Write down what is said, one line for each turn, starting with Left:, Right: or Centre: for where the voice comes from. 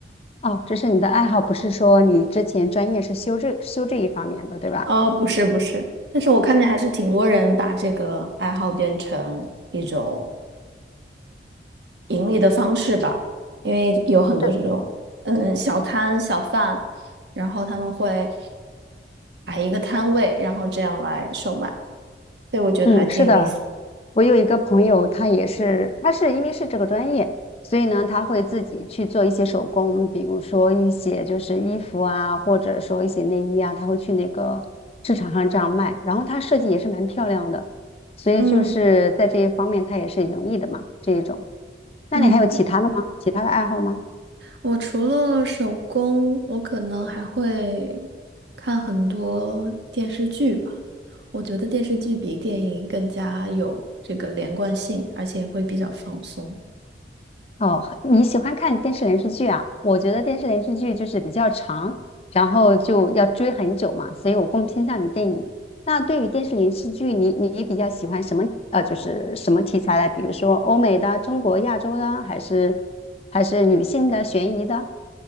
Left: 哦，这是你的爱好，不是说你之前专业是修这修这一方面的，对吧？
Right: 哦，不是不是，但是我看见还是挺多人把这个爱好变成一种。盈利的方式吧，因为有很多这种嗯小摊小贩，
Left: 是
Right: 然后他们会摆一个摊位，然后这样来售卖，所以我觉得还挺有意思。
Left: 嗯，是的，我有一个朋友，他也是，他是因为是这个专业，所以呢，他会自己去做一些手工，比如说一些就是衣服啊，或者说一些内衣啊，他会去那个市场上这样卖。然后他设计也是蛮漂亮的，所以就是在这一方面，
Right: 嗯
Left: 他也是盈利的嘛，这一种。那你还有其他的吗？
Right: 嗯，
Left: 其他的爱好吗？
Right: 我除了手工，我可能还会看很多电视剧吧。我觉得电视剧比电影更加有这个连贯性，而且会比较放松。
Left: 哦，你喜欢看电视连续剧啊？我觉得电视连续剧就是比较长，然后就要追很久嘛，所以我更偏向于电影。那对于电视连续剧，你你比较喜欢什么？呃，就是什么题材的？比如说欧美的、中国、亚洲的，还是还是女性的、悬疑的？